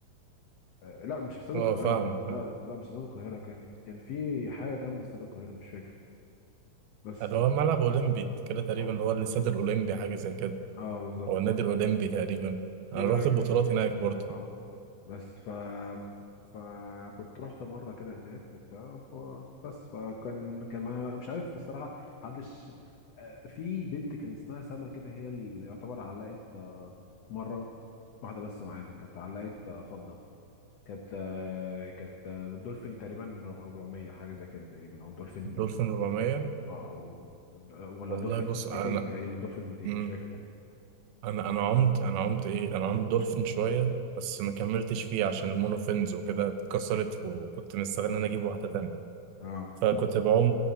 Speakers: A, on the left; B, on the right.
A: آه، لا مش في استاد
B: اه
A: القاهرة
B: فاهمك
A: لا
B: فاهم
A: لا, لا مش في استاد القاهرة كان كان في حاجة جنب استاد القاهرة مش فاكر بس
B: اللي
A: ف-
B: هو ملعب اولمبي كده تقريبا
A: اه
B: هو الاستاد الاولمبي حاجه زي كده
A: اه بالظبط
B: او النادي الاولمبي تقريبا
A: يا
B: انا رحت البطولات
A: مش-
B: هناك برضه
A: اه بس ف فكنت رحت مره كده هناك وبتاع ف... بس فكان كان ما مش عارف الصراحه محدش آه، في بنت كان اسمها سما كده هي اللي يعتبر علقت آه، مره واحده بس معانا كانت علقت آه، فضه كانت آه، كانت آه، دولفين تقريبا 400 حاجه زي كده تقريبا او دولفين
B: الدولفين
A: آه،
B: 400
A: او ولا
B: والله
A: دولفين
B: بص انا
A: 200 تقريبا دولفين 200
B: امم
A: مش فاكر والله
B: انا انا عمت انا عمت ايه انا عمت دولفين شويه بس ما
A: مم.
B: كملتش فيه عشان المونوفينز وكده اتكسرت وكنت مستني ان انا اجيب واحده تانية
A: اه
B: فكنت بعوم